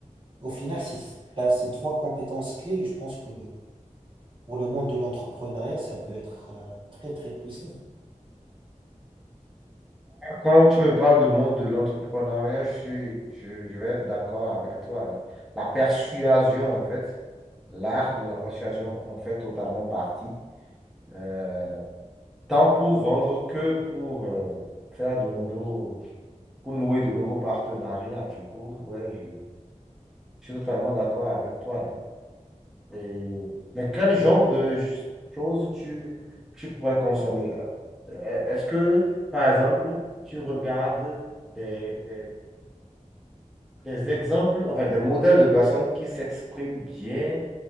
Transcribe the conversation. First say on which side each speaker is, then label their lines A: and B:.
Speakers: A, on the right; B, in the centre.
A: Au final, si tu as ces trois compétences clés, je pense que pour le monde de l'entrepreneuriat, ça peut être euh, très très puissant.
B: Quand tu me parles de monde de l'entrepreneuriat, je suis, je, je vais être d'accord avec toi. hein. La persuasion, en fait, l'art de la persuasion en fait totalement partie, euh, tant pour vendre que pour euh, faire de nouveaux, pour nouer de nouveaux partenariats. Du coup, ouais, je, je suis totalement d'accord avec toi. hein. Et- Mais quel genre de ch- choses tu, tu pourrais consommer? euh? Est-ce que, par exemple, tu regardes des, des, des exemples, enfin des modèles de personnes qui s'expriment bien?